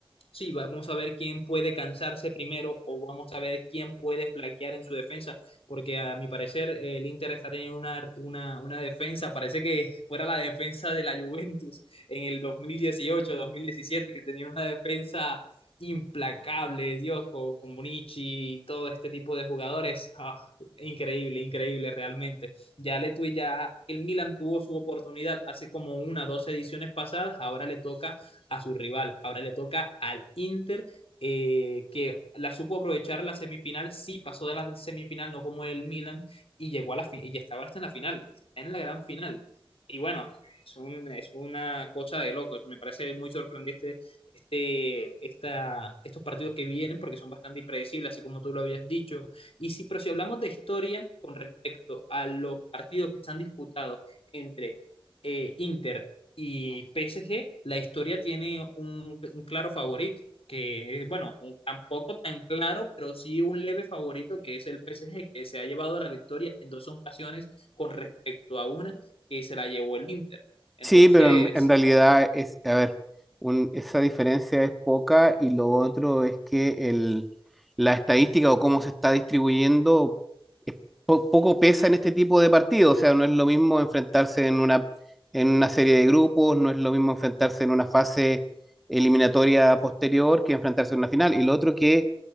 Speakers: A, on the left (about 80°); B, in the centre.
A: Sí, vamos a ver quién puede cansarse primero o vamos a ver quién puede flaquear en su defensa, porque a mi parecer el Inter está teniendo una, una, una defensa, parece que <laughs> fuera la defensa de la Juventus en el 2018-2017, que tenía una defensa implacable, Dios, con, con Bonici y todo este tipo de jugadores. Ah, increíble, increíble realmente. Ya le tu- ya el Milan tuvo su oportunidad hace como una, o dos ediciones pasadas, ahora le toca a su rival. Ahora le toca al Inter, eh, que la supo aprovechar la semifinal, sí pasó de la semifinal, no como el Milan, y llegó a la final, y estaba hasta en la final, está en la gran final. Y bueno, es, un, es una cosa de locos, me parece muy sorprendente este, esta, estos partidos que vienen, porque son bastante impredecibles, así como tú lo habías dicho. Y si, pero si hablamos de historia con respecto a los partidos que están disputados entre eh, Inter y PSG, la historia tiene un, un claro favorito, que es, bueno, un- tampoco tan claro, pero sí un leve favorito, que es el PSG, que se ha llevado la victoria en dos ocasiones con respecto a una que se la llevó el Inter. Entonces,
B: Sí, pero en, en realidad es, a ver, un- esa diferencia es poca y lo otro es que el, la estadística o cómo se está distribuyendo es po- poco pesa en este tipo de partidos, o sea, no es lo mismo enfrentarse en una, en una serie de grupos, no es lo mismo enfrentarse en una fase eliminatoria posterior que enfrentarse en una final. Y lo otro que